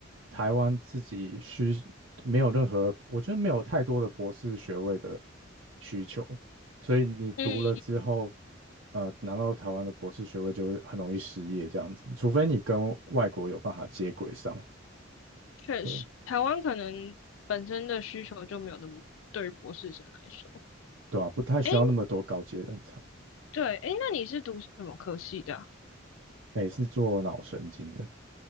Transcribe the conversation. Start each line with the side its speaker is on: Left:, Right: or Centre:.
Right: 台湾自己需没有任何，我觉得没有太多的博士学位的需求，所以你读了之后，
Left: 嗯，
Right: 呃，拿到台湾的博士学位就会很容易失业这样子，除非你跟外国有办法接轨上，
Left: 确实，
Right: 对
Left: 台湾可能本身的需求就没有那么对于博士生来说。
Right: 对啊，不太需要那么多高阶人才，
Left: 诶，对，诶，那你是读什么科系的啊？
Right: 诶，是做脑神经的。